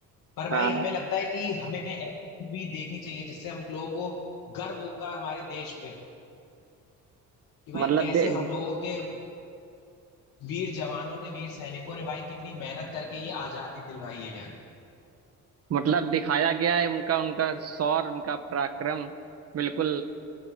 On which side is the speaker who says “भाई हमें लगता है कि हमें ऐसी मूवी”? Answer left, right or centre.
Left